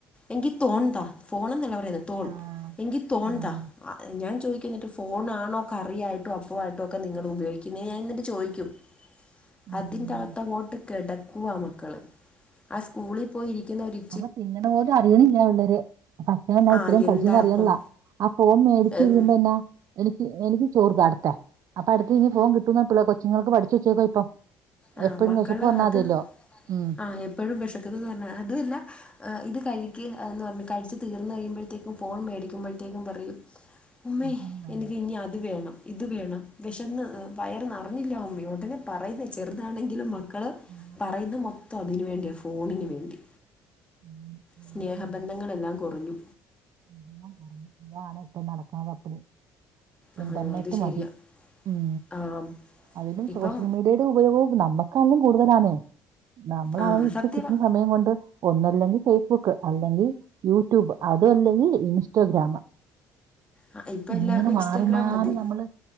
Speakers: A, on the left (about 15°); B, on the right (about 60°).
A: എങ്കി തോൺതാ ഫോൺ എന്നല്ല പ തോൺ
B: ആഹ്
A: എങ്കി തോൺതാ
B: ആഹ്
A: ഞാൻ ചോദിക്കു എന്നിട്ട് ഫോൺ ആണോ കറിയായിട്ടും അ പ്പവായിട്ടിക്കെ നിങ്ങള് ഉപയോഗിക്കുന്നെ ഞാൻ എന്നിട്ട് ചോയിക്കും
B: ഉം
A: അതിന്റകത്ത് അങ്ങോട്ട് കെടക്കുവ മക്കള് ആഹ് സ്കൂളി പോയി ഇരിക്കുന്ന ഒരി
B: അപ്പൊ തിന്നണ പോലും അറിയണില്ല പിള്ളര് ഭക്ഷണം എന്ന
A: ആഹ്
B: ഇത്രയും
A: എന്താ
B: കഴിചെ എന്നറിയണില്ല
A: അപ്പം
B: ആഹ് ഫോൺ മേടിച്ച്
A: ഉം
B: കഴിയുമ്പോ നോ എനിക്ക് എനിക്ക് ചോറ് വാരിത്ത അപ്പൊ അടുത്ത ഇനി ഫോൺ കിട്ടുന്ന് ത്ലെ കൊച്ചുങ്ങൾക്ക് പഠിച്ചു വച്ചേക്ക ഇപ്പം
A: ആഹ്
B: എപ്പഴും
A: മക്കള്
B: വിശപ്പ് വന്നാ
A: അത്
B: മതിയല്ലോ ഉം
A: ആഹ് എപ്പഴും വിഷക്കുനെന്ന് പറഞ്ഞ അതുല്ല എഹ് ഇത് കഴിക്ക് എന്ന് പറഞ്ഞു കഴിച്ചു തീർന്ന് കഴിയുമ്പോഴത്തേക്കും ഫോൺ മേടിക്കുമ്പോഴത്തേക്കും പറയും ഉമ്മി
B: ആ, ഉം, ആ,
A: എനിക്ക് ഇനി അത് വേണം ഇത് വേണം വിശന്ന് വയർ നറഞ്ഞില്ലാ ഉമ്മി ഒടനെ പറ ചെറുതാണെങ്കിലും മക്കള്
B: ആ,
A: പറയുന്ന മൊത്തം അതിന് വേണ്ടിയ ഫോണിന് വേണ്ടി
B: ഉം, ഉം,
A: സ്നേഹബന്ധങ്ങളെല്ലാം
B: ഉം.
A: കുറഞ്ഞു
B: എല്ലാം ഇതാണ് ഇപ്പ <unintelligible>
A: ആഹ്
B: ഇന്റർനെറ്റ്
A: അത് ശരിയാ
B: മതി ഉം
A: ആഹ്
B: അതിലും
A: ഇപ്പം
B: സോഷ്യൽ മീഡിയയുടെ ഉപയോഗവും നമ്മുക്കണേല്ലും കൂടുതലാണേ നമ്മളണേലും
A: ആഹ്
B: ഇപ്പ
A: സത്യവാ
B: കിട്ടുന്ന സമയം കൊണ്ട് ഒന്നല്ലെങ്കി ഫേസ്ബുക്ക് അല്ലെങ്കി യൂട്യൂബ് അതു അല്ലെങ്കി ഇൻസ്റ്റഗ്രാം
A: ആഹ് ഇപ്പം
B: ഇങ്ങനെ
A: എല്ലാവർക്കും ഇൻസ്റ്റാഗ്രാം
B: മാറി മാറി
A: മതി
B: നമ്മള്